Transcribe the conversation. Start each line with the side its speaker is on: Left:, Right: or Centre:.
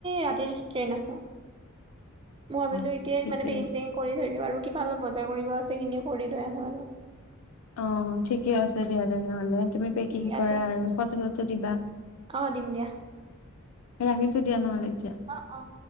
Right: ৰাতিৰ ট্ৰেইন আছে। মই ভাবিলোঁ
Left: অ
Right: এতিয়াই
Left: ঠিকে
Right: মানে পেকিং-চেকিং
Left: আছে।
Right: - কৰি থৈ দিওঁ। আৰু কিবা অলপ বজাৰ কৰিব আছে, সেইখিনিও কৰি লৈ আহোঁ আৰু।
Left: অ' ঠিকে আছে দিয়া তেনেহলে। তুমি পেকিং
Right: ইয়াতে
Left: কৰা আৰু, ফটো-চটো দিবা।
Right: অ', দিম দিয়া।
Left: ৰাখিছোঁ দিয়া নহ'লে এতিয়া।
Right: অহ অহ।